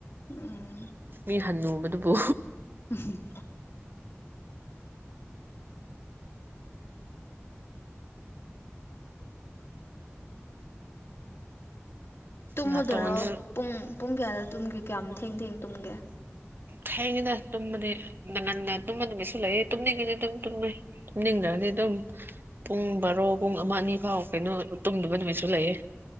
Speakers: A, on the left (about 55°); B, on the right (about 45°).
A: ꯎꯝ
B: ꯃꯤ ꯍꯟꯅꯨꯕꯗꯨꯕꯨ
A: <unintelligible> ꯇꯨꯝꯃꯗꯣꯏꯔꯣ
B: ꯅꯥꯇꯣꯟꯁꯨ
A: ꯄꯨꯡ ꯄꯨꯡ ꯀꯌꯥꯗ ꯇꯨꯝꯒꯦ ꯀ꯭ꯌꯥꯝ ꯊꯦꯡ ꯊꯦꯡ ꯇꯨꯝꯒꯦ
B: ꯊꯦꯡꯉꯦꯗ ꯇꯨꯝꯕꯗꯤ ꯅ ꯉꯟꯅ ꯇꯨꯝꯕ ꯅꯨꯃꯤꯠꯁꯨ ꯂꯩꯌꯦ ꯇꯨꯝꯅꯤꯡꯉꯗꯤ ꯑꯗꯨꯝ ꯇꯨꯝꯃꯦ ꯇꯨꯝꯅꯤꯡꯗ꯭ꯔ ꯗꯤ ꯗꯨꯝ ꯄꯨꯡ ꯕꯥꯔꯣ ꯄꯨꯡ ꯑꯃ ꯑꯅꯤꯐꯥꯎ ꯀꯩꯅꯣ ꯇꯨꯝꯗꯕ ꯅꯨꯃꯤꯠꯁꯨ ꯂꯩꯌꯦ